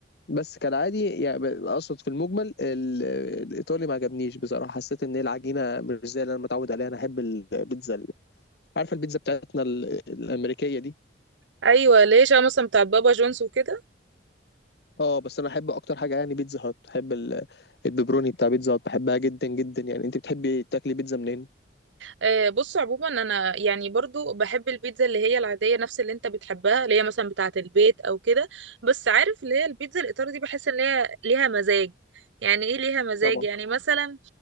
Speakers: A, on the left; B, on the right.
A: بس كالعادي يعني ب- اقصد في المجمل ال- الايطالي ما عجبنيش بصراحه حسيت ان هي العجينه مش زي اللي انا متعود عليها انا احب البيتزا ال- عارفه البيتزا بتاعتنا ال- الامريكيه دي
B: ايوه ليش انا مثلا بتاع بابا جونز وكده
A: اه بس انا احب اكتر حاجه يعني بيتزا هات بحب ال- البيبروني بتاع بيتزا هات بحبها جدا جدا يعني انت بتحبي تاكلي بيتزا منين
B: آه، بص عموما انا يعني برضو بحب البيتزا اللي هي العاديه نفس اللي انت بتحبها اللي هي مثلا بتاعه البيت او كده بس عارف اللي هي البيتزا الايطالي دي بحس ان هي ليها مزاج يعني ايه ليها مزاج
A: طبعا
B: يعني مثلا